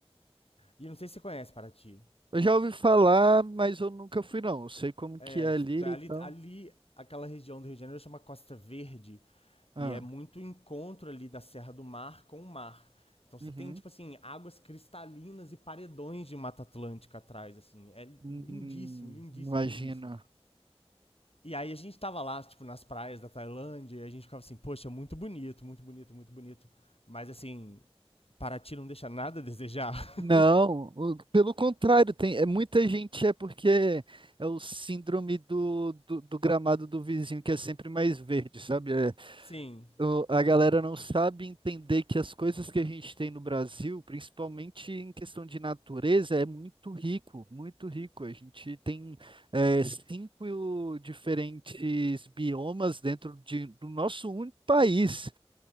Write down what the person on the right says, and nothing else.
Eu já ouvi falar, mas eu nunca fui, não. Eu sei como
que é ali
e tal.
Ah.
Uhum.
Hum,
imagina.
Não, o- pelo contrário, tem, é, muita gente é porque é o síndrome do, do, do gramado do vizinho que é sempre mais verde, sabe? É,
o- a galera não sabe entender que as coisas que a gente tem no Brasil, principalmente em questão de natureza, é muito rico, muito rico. A gente tem é, cinco diferentes biomas dentro de, do nosso único país.